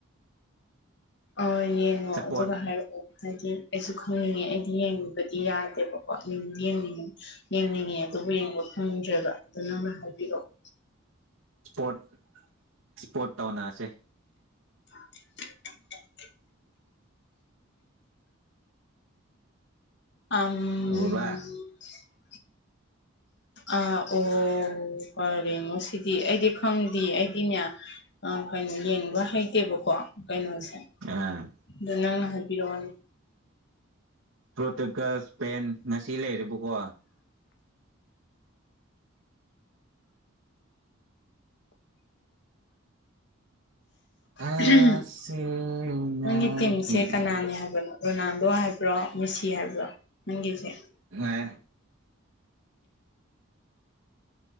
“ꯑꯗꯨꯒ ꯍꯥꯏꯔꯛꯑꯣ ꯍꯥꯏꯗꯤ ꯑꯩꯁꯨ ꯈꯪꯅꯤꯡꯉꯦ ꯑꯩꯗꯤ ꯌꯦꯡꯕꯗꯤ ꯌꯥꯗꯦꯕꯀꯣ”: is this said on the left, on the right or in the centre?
Left